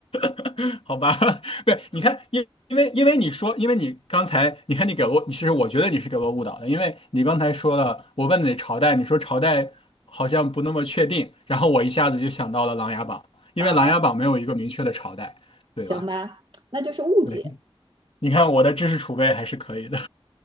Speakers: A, on the left (about 75°); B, on the right (about 60°).
A: <laughs> 好吧？<laughs> 对，你看，因因为因为你说，因为你刚才，你看你给了我，其实我觉得你是给了我误导的，因为你刚才说了，我问你朝代，你说朝代好像不那么确定，然后我一下子就想到了《琅琊榜》，因为《琅琊榜》没有一个明确的朝代，
B: 啊、
A: 对吧？
B: 行吧，那就是误解，
A: 对。你看我的知识储备还是可以的。